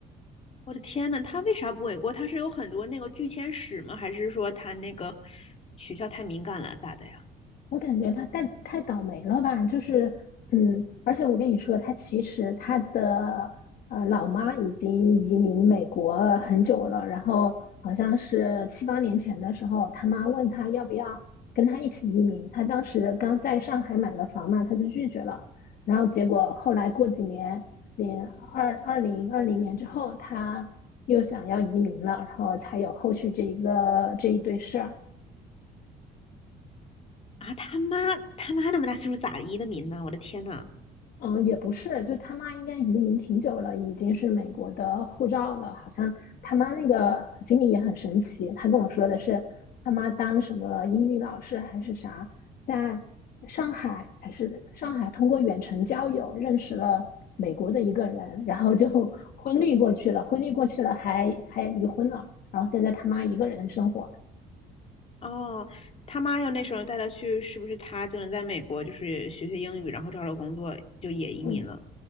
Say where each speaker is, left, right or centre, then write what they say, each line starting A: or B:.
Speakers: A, on the left (about 35°); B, on the left (about 60°).
A: 我的天呐，他为啥不给过？他是有很多那个拒签史吗？还是说他那个学校太敏感了，咋的呀？
B: 我感觉他太太倒霉了吧，就是，嗯，而且我跟你说，他其实他的呃老妈已经移民美国很久了，然后好像是七八年前的时候，他妈问他要不要跟他一起移民，他当时刚在上海买了房嘛，他就拒绝了，然后结果后来过几年，零二二零二零年之后，他又想要移民了，然后才有后续这一个这一堆事儿。
A: 啊，他妈他妈那么大岁数咋移的民呢？我的天呐！
B: 嗯，也不是，就他妈应该移民挺久了，已经是美国的护照了。好像他妈那个经历也很神奇，他跟我说的是他妈当什么英语老师还是啥，在上海还是上海通过远程交友认识了美国的一个人，然后就 <laughs> 婚绿过去了，婚绿过去了还还离婚了，然后现在他妈一个人生活。
A: 哦，他妈要那时候带他去，是不是他就能在美国就是学学英语，然后找找工作，就也移民了？
B: 嗯。